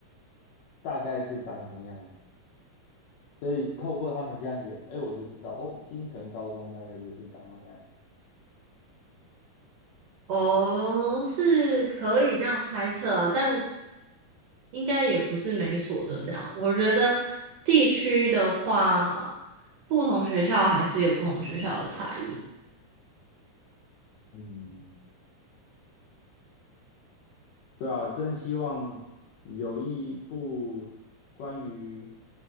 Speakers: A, on the left; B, on the right.
A: 大概是长什么样子。所以透过他们这样演，哎，我就知道哦，金城高中大概就是长那样。
B: 哦，是可以这样猜测啊，但应该也不是每所的这样。我觉得地区的话，不同学校还是有不同学校的差异。
A: 嗯，对啊，真希望有一部关于